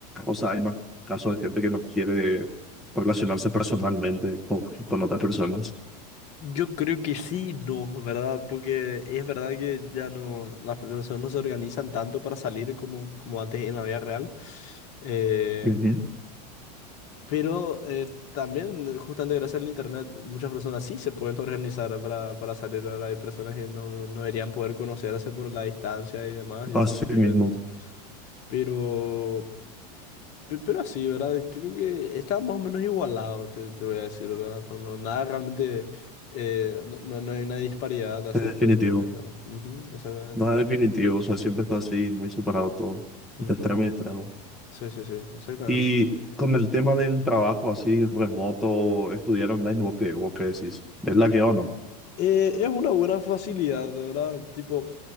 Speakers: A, in the centre; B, on the left.
A: O sea, hay más casos de gente que no quiere relacionarse personalmente con, con otras personas.
B: Yo creo que sí, no, ¿verdad? Porque es verdad que ya no, las personas no se organizan tanto para salir como, como antes en la vida real. Eh,
A: Ujú.
B: pero eh, también, eh, justamente gracias al internet, muchas personas sí se pueden <laughs> organizar para, para salir. Ahora hay personas que no, no no deberían poder conocerse por la distancia y demás y
A: Así
B: otros impedimentos.
A: mismo,
B: Pero. Pe- Pero así, ¿verdad? Creo que está más o menos igualado, te, te voy a decir, ¿verdad? No, no, nada realmente, eh, no, no no hay una disparidad, así
A: es definitivo.
B: te, te voy a decir. ¿no? Ujú, exactamente.
A: Nada definitivo, o sea, siempre está así, muy separado todo, de
B: Ujú.
A: extremo y extremo.
B: Sí, sí, sí, exactamente.
A: Y con el tema del trabajo así remoto, estudiar online, ¿vos qué, vos qué decís? ¿Es la que o no?
B: Eh, es una buena facilidad, ¿verdad? Tipo,